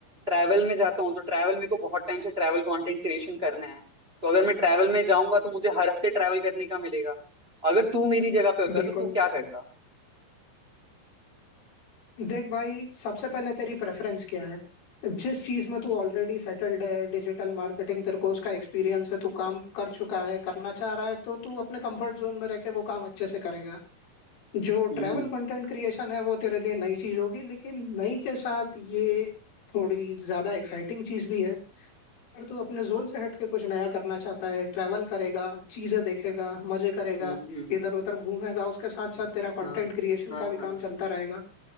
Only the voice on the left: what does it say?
बिल्कुल
देख भाई सबसे पहले तेरी प्रेफरेंस क्या है जिस चीज में तू ऑलरेडी सेटल्ड है डिजिटल मार्केटिंग तेरे को उसका एक्सपीरियंस है तू काम कर चुका है करना चाह रहा है तो तू अपने कंफर्ट जोन में रह के वो काम अच्छे से करेगा जो
ट्रैवल कंटेंट क्रिएशन है वो तेरे लिए नई चीज होगी लेकिन नई के साथ ये थोड़ी ज्यादा एक्साइटिंग चीज भी है अगर तू अपने जोन से हट के कुछ नया करना चाहता है ट्रैवल करेगा चीजें देखेगा मजे करेगा
इधर उधर घूमेगा उसके साथ साथ तेरा कंटेंट
क्रिएशन
का भी
काम चलता रहेगा